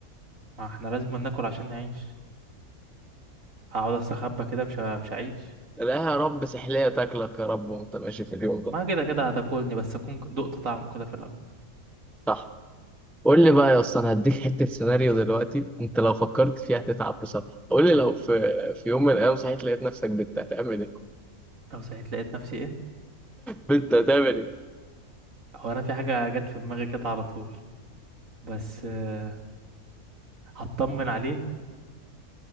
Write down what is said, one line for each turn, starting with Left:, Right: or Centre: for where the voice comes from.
Right: ما احنا لازم ناكل عشان نعيش هقعد استخبى كده مش ه- مش هعيش
Centre: لا يا رب سحلية تاكلك يا رب وانت ماشي في اليوم ده
Right: ما كده كده هتاكلني بس اكون دقت طعمه كده في الاول
Centre: صح قول لي بقى يا اسطى انا هديك حتة سيناريو دلوقتي انت لو فكرت فيها هتتعب بصراحة قول لي لو في في يوم من الايام صحيت لقيت نفسك بنت هتعمل ايه
Right: لو سعيت لقيت نفسي ايه
Centre: بنت هتعمل ايه
Right: هو انا في حاجه جت في دماغي كده على طول بس آه، هطمن عليه